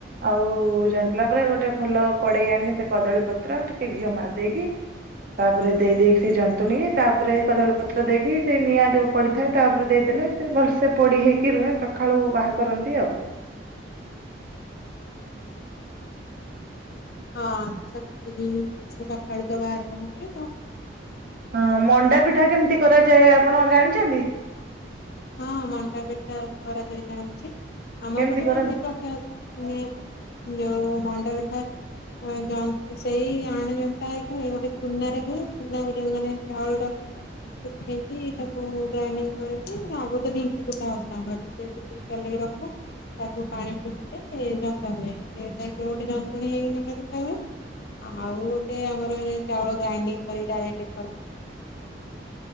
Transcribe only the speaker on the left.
ହଁ ସେମିତୀ ବି ସକାଳୁ ତ ବାହାର କରନ୍ତି ଆଉ।
ହଁ ମଣ୍ଡାପିଠା କରାଯାଏ ଜାଣିଛି ଆମ
ପିଠା
ଏ ଦି ପ୍ରକାର ମାନେ ଯୋଉ ମଣ୍ଡାପିଠା ଆ ସେଇ ଆଣ ଜନ୍ତା ହେଇକି ଗୋଟେ ଚୁନାରେ ହୁଏ ଚୁନା ଗୋଟେ ମାନେ ଚାଉଳ ଟାକୁ ଶୁଖେଇକି ତାକୁ ଗ୍ରାଇଣ୍ଡିଙ୍ଗ କରିକି ଆଗରୁ ତ ଢିଙ୍କି କୁଟା ହଉଥିଲା ଟିକେ <unintelligible> ଚଲେଇ ରଖୁ ତାକୁ ପାଣି ଫୁଟିଲେ ଯନ୍ତା ହୁଏ ସେ ଟାଇପ୍ ର ଗୋଟେ ଯନ୍ତ୍ରଣୀ ହେଇକି <unintelligible> <unintelligible> ଆଉ ଗୋଟେ ଆମର ଚାଉଳ ଗ୍ରାଇଣ୍ଡିଙ୍ଗ୍ <unintelligible> <unintelligible> ଗ୍ରାଇଣ୍ଡିଙ୍ଗ